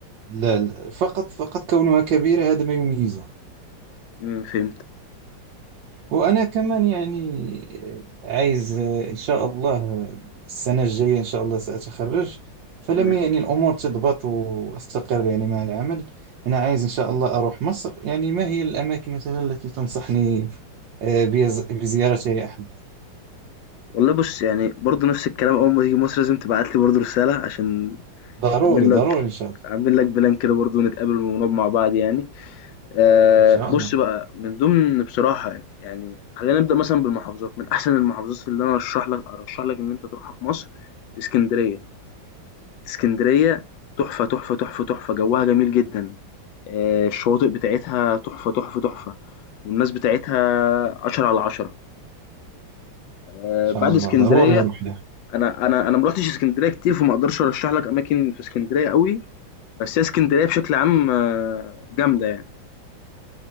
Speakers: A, on the right; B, on the left.
A: لا لا فقط فقط كونها كبيرة هذا ما يميزها
B: إمم، فهمتك
A: وأنا كمان يعني عايز إن شاء الله السنة الجاية إن شاء الله سأتخرج فلما
B: تمام.
A: يعني الأمور تضبط وأستقر يعني مع العمل أنا عايز إن شاء الله أروح مصر يعني ما هي الأماكن مثلا التي تنصحني آه، بيز- بزيارتها يا أحمد
B: والله بُص، يعني برضه نفس الكلام أول ما تيجي مصر لازم تبعت لي برضه رسالة عشان
A: ضروري
B: أعمل
A: ضروري
B: لك
A: إن شاء الله
B: أعمل لك plan كده برضه ونتقابل ونقعد مع بعض يعني. آآ
A: إن شاء
B: بُص
A: الله إن
B: بقى، من ضمن بصراحة يعني خلّينا نبدأ مثلًا بالمحافظات، من أحسن المحافظات اللي أنا أرشّح لك أرشّح لك إن أنت تروحها في مصر إسكندرية. إسكندرية تحفة، تحفة، تحفة، تحفة، جوّها جميل جدًا. آه، الشواطئ بتاعتها تحفة تحفة تحفة والناس بتاعتها عشرة على عشرة آه،
A: شاء
B: بعد
A: الله
B: اسكندرية
A: ضروري أروح لها
B: أنا أنا أنا مروحتش اسكندرية كتير فما أقدرش أرشح لك أماكن في اسكندرية قوي بس هي اسكندرية بشكل عام آه، جامدة يعني